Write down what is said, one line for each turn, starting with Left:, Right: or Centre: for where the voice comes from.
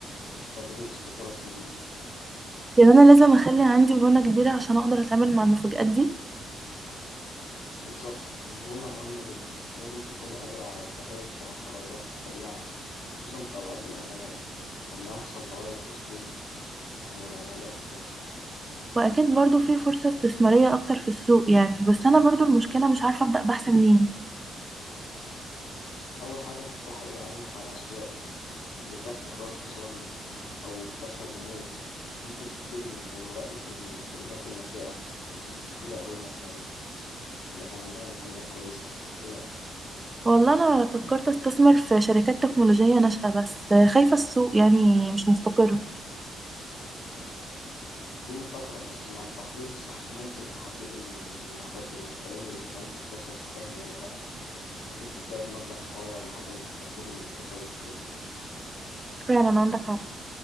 Left: كدروس لفرص جديدة
Right: يعني أنا لازم أخلي عندي مرونة كبيرة عشان أقدر أتعامل مع المفاجآت دي
Left: بالظبط المرونة مهمة جدا لازم تكوني قادرة على التكيف مع التغيرات السريعة خصوصا في أوقات الأزمات لما يحصل تغير في سلوك من العملاء وكده
Right: واكيد برضو في فرصة استثمارية اكتر في السوق يعني بس انا برضو المشكلة مش عارفة ابدأ بحث منين
Left: أول حاجة تفتحي إيه عينك على الأسواق اللي فيها استقرار اقتصادي أو بتشهد نمو ممكن تبتدي بمراقبة الشركات الناشئة اللي مش كبيرة أوي مثلا لكن عندها إمكانيات كويسة كده
Right: والله انا فكرت استثمر في شركات تكنولوجية ناشئة بس خايفة السوق يعني مش مستقر
Left: دي مخاطرة بس مع التحليل الصح ممكن تحددي الم- المخاطر وتقيمي إذا كانت الفرصة تستاهل ولا لأ ممكن تبدأي بمبلغ صغير لحد ما تتأكدي من استقرار السوق
Right: فعلا عندك حق